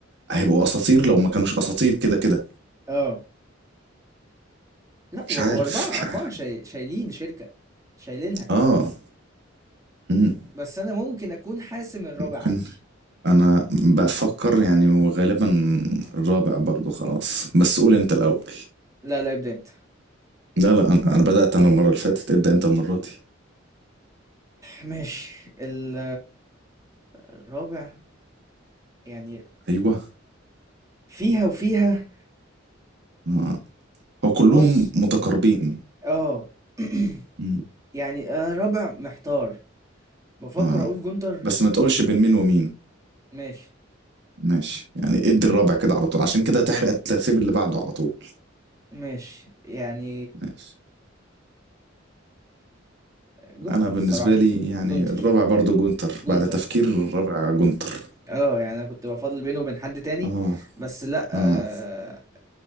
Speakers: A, on the right (about 60°); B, on the right (about 15°).
A: هيبقوا اساطير لو ما كانوش اساطير كده كده
B: اه لا
A: مش
B: و- واربعة
A: عارف مش
B: اربعة
A: عارف
B: شاي... شايلين شركة شايلينها
A: اه مم.
B: بس انا ممكن اكون حاسم الرابع
A: ممكن
B: عندي
A: انا بفكر يعني وغالبا الرابع برضو خلاص بس قول انت الاول
B: لا لا ابدا انت
A: لا لا انا انا بدأت انا المرة اللي فاتت ابدأ انت المرة دي
B: ماشي ال- الرابع يعني
A: ايوه
B: فيها وفيها
A: آه. هو كلهم
B: بص
A: متقاربين
B: اه <clears throat>
A: مم.
B: يعني انا رابع محتار بفكر
A: اه
B: اقول جونتر
A: بس ما تقولش بين مين ومين
B: ماشي
A: ماشي يعني ادي الرابع كده على طول عشان كده تحرق الترتيب اللي بعده على طول
B: ماشي يعني
A: ماشي
B: جونتر
A: انا بالنسبة
B: الصراحة
A: لي يعني
B: جونتر
A: الرابع برضو جونتر
B: جونتر
A: بعد تفكير الرابع جونتر
B: اه يعني انا كنت بفضل بينه وبين حد تاني
A: اه
B: بس لا آه،
A: اه